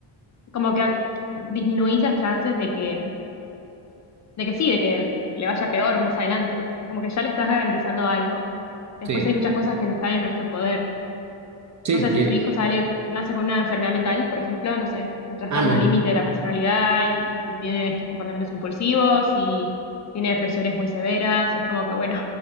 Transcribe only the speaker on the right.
Sí,
sí,
y-
ah, no.